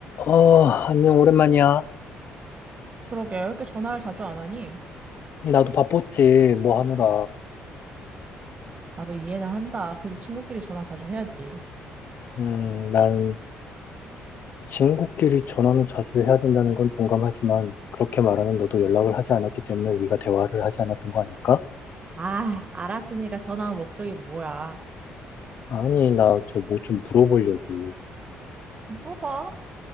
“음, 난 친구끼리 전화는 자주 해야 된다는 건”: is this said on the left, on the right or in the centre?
Left